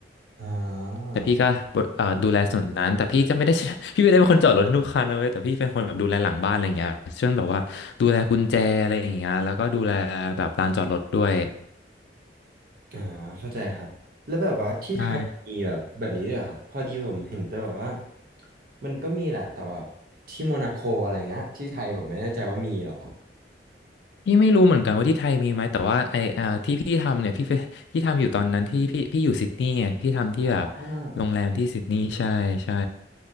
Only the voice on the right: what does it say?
อ่า
อ่าเข้าใจครับแล้วแบบว่าที่ไทยมีแบบแบบนี้ด้วยเหรอครับพอดีผมเห็นแต่แบบว่า
มันก็มีแหละแต่ว่าที่โมนาโกอะไรเงี้ยที่ไทยผมไม่แน่ใจว่ามีเหรอ
อ่าโอ
เค